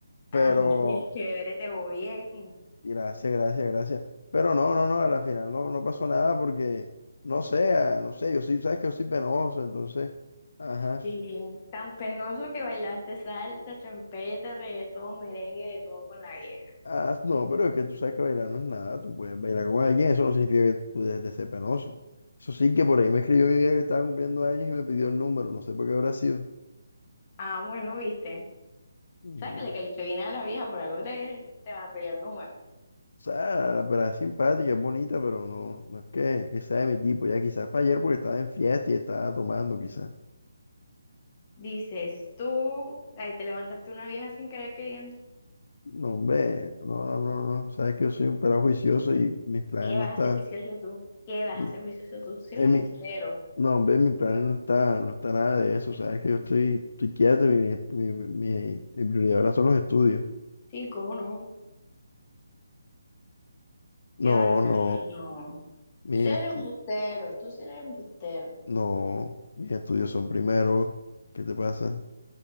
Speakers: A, on the left (about 60°); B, on the left (about 20°).
A: Pero,
B: ah, José, chévere, te voy bien.
A: gracias, gracias, gracias. Pero no, no, no, a la final no, no pasó nada porque, no sé, ah, no sé, yo sí, sabes que yo soy penoso, entonces, ajá.
B: sí. tan penoso que bailaste salsa, champeta, reggaetón, merengue, de todo con la vieja.
A: Ah, no, pero es que tú sabes que bailar no es nada. Tú puedes bailar con alguien, eso no significa que tú dejes de ser penoso. Eso sí que por ahí me escribió mi amiga que estaba cumpliendo años y me pidió el número, no sé por qué habrá sido.
B: Ah, bueno, viste.
A: Mm,
B: ¿Sabes que le
A: ya.
B: caíste
A: O
B: bien a las viejas por algo? Te, te- te van a pelear el número.
A: sea, la pelada es simpática, es bonita, pero no, no es que, que sea de mi tipo. Ya quizás para ayer porque estaba en fiesta y estaba tomando, quizás.
B: Dices tú, ahí te levantaste una vieja sin querer queriendo.
A: No, hombre, no, no, no, no. Sabes que yo soy un pelado juicioso y mis planes
B: ¿Qué
A: no
B: vas
A: están.
B: a hacer juicioso tú? ¿Qué vas
A: mm,
B: a hacer juicioso tú? Tú sí
A: En
B: eres embustero.
A: mi, No, hombre, mi plan no está, no está nada de eso. Sabes que yo estoy, estoy quieto, y mi, mi, mi, mi prioridad ahora son los estudios.
B: Sí, ¿cómo no? ¿Qué
A: No,
B: van a hacer?
A: no,
B: No. Tú
A: mis
B: sí eres
A: estu-
B: embustero, tú sí eres embustero.
A: no, mis estudios son primero. ¿Qué te pasa?